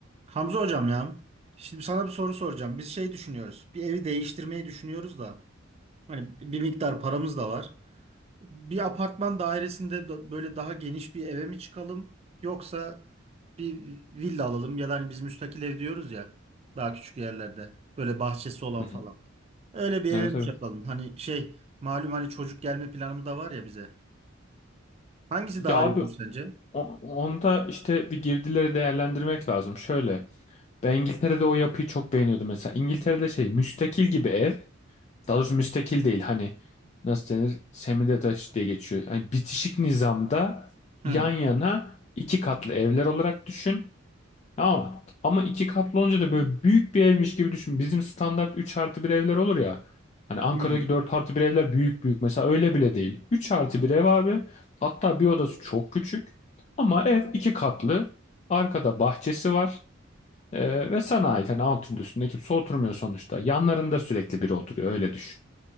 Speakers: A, on the right (about 30°); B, on the left (about 35°).
A: Hamza hocam ya. Şimdi sana bir soru soracağım. Biz şey düşünüyoruz. Bir evi değiştirmeyi düşünüyoruz da. Hani bir miktar paramız da var. Bir apartman dairesinde da- böyle daha geniş bir eve mi çıkalım? Yoksa bir villa alalım ya da hani biz müstakil ev diyoruz ya. Daha küçük yerlerde. Böyle bahçesi olan
B: Hı
A: falan.
B: hı.
A: Öyle bir eve
B: Evet
A: mi
B: evet.
A: çıkalım? Hani şey malum hani çocuk gelme planı da var ya bize. Hangisi
B: Ya
A: daha
B: abi
A: iyi olur sence?
B: o- onda işte bir girdileri değerlendirmek lazım. Şöyle ben İngiltere'de o yapıyı çok beğeniyordum mesela. İngiltere'de şey müstakil gibi ev. Daha doğrusu müstakil değil hani nasıl denir? Semi-detached diye geçiyor. Yani bitişik nizamda
A: Hmm.
B: yan yana iki katlı evler olarak düşün. Ama, ama iki katlı olunca da böyle büyük bir evmiş gibi düşün. Bizim standart 3 artı bir evler olur ya. Hani Ankara'daki
A: Hmm.
B: 4 artı bir evler büyük büyük. Mesela öyle bile değil. 3 artı bir ev abi. Hatta bir odası çok küçük. Ama ev iki katlı. Arkada bahçesi var. Ee, ve sana ait. Hani altında üstünde kimse oturmuyor sonuçta. Yanlarında sürekli biri oturuyor. Öyle düşün.